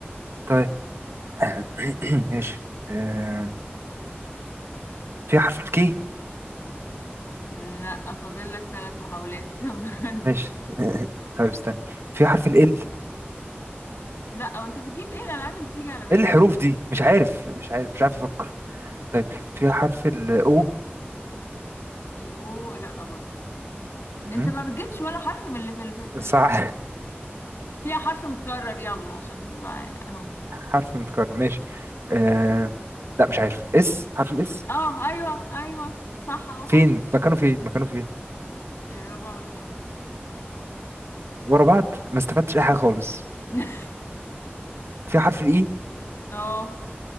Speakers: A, on the right (about 75°); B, on the left (about 75°).
A: طيب <coughs> <clears throat> ماشي آه... في حرف الكي
B: لا فاضل لك ثلاث محاولات <laughs> برضه
A: ماشي <coughs> <laughs> طيب استنى في حرف ال ال
B: لا وانت بتجيب ايه الالعاب اللي تيجي على بالك
A: ايه الحروف دي مش عارف مش عارف مش عارف افكر طيب في حرف ال او
B: الاو لا برضه
A: مم،
B: انت ما بتجيبش ولا حرف من اللي في ال- في ال-
A: صح
B: في ال- فيها حرف متكرر يلا عشان تبقى اهو
A: <laughs> حرف متكرر ماشي آه... لا مش عارف اس حرف الاس
B: اه ايوه ايوه صح اه
A: فين
B: حرف
A: مكانه فين مكانه فين
B: الرابع والخامس
A: ورا بعض ما استفدتش اي حاجه خالص
B: <laughs>
A: في حرف الاي
B: اه